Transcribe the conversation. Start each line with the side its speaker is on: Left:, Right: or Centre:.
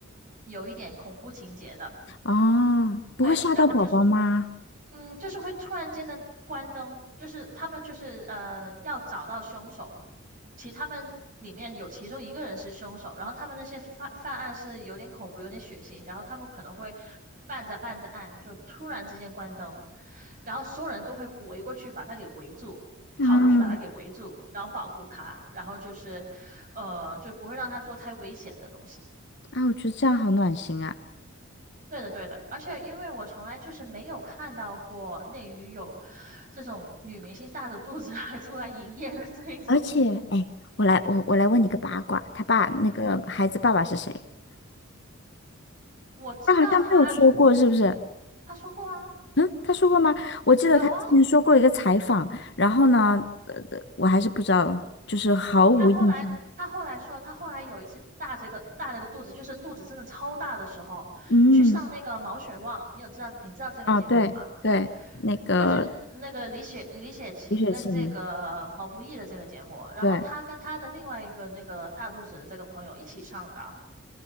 Right: 有一点恐怖情节的，
Left: 哦，不会吓到宝宝吗？
Right: 对，然后就是嗯，就是会突然间的关灯，就是他们就是呃要找到凶手，其他们里面有其中一个人是凶手，然后他们那些犯犯案是有点恐怖、有点血腥，然后他们可能会办着办着案就突然之间关灯，然后所有人都会围过去把他给围住，
Left: 嗯，
Right: 跑过去把他给围住，然后保护他，然后就是呃就不会让他做太危险的东西。
Left: 啊，我觉得这样好暖心啊。
Right: 对的，对的，而且因为我从来就是没有看到过内娱有这种女明星大着肚子 <laughs> 还出来营业的这一种。
Left: 而且，哎，我来我我来问你个八卦，他爸那个孩子爸爸是谁？
Right: 嗯，我知道她，
Left: 他好像没有说过，是不是？
Right: 她说过啊，
Left: 嗯，他说过吗？我记得他之前说过一个采访，
Right: 有啊，
Left: 然后呢，呃，我还是不知道，就是毫无印象。
Right: 她后来她后来说，她后来有一次大着个大着个肚子，就是肚子真的超大的时候，
Left: 嗯，
Right: 去上那个《毛血旺》，你有知道你知道这个节目吗？
Left: 啊，对对，那个
Right: 就是那个李雪李雪琴跟这个毛不易的这个节目，
Left: 李雪琴，
Right: 然后她跟她的另外一个那个大肚子的这个朋友一起上的。
Left: 对